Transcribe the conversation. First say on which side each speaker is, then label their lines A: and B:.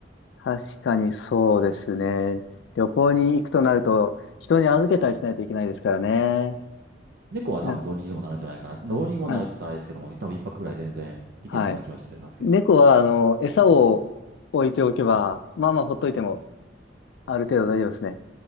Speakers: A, on the left (about 70°); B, on the right (about 60°).
A: 確かにそうですね。旅行に行くとなると、人に預けたりしないといけないですからね。
B: 猫は多分どうにでもなるんじゃないかな。
A: うん、
B: どうにもなるって言ったらあれですけども、
A: うん、
B: 多分一泊ぐらい全然いけそうな気はしてるんですけど。
A: はい。猫は、あの、餌を置いておけば、まあまあほっといても、
B: うん
A: ある程度大丈夫ですね。